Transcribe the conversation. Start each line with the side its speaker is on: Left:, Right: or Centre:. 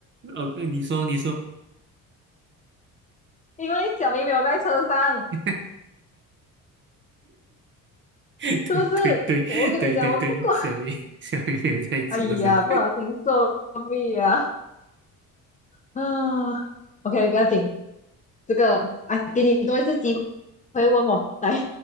Right: 哦呃，你说，你说，
Left: 因为小明没有在车上，
Right: <laughs> 对对对对对对，
Left: 是不是？我跟你讲，我看过。
Right: 小明 <laughs> 小明没有在车上。
Left: 哎呀，不小心作弊啊！啊，OK，不要紧，这个啊，给你多一次机会问我，来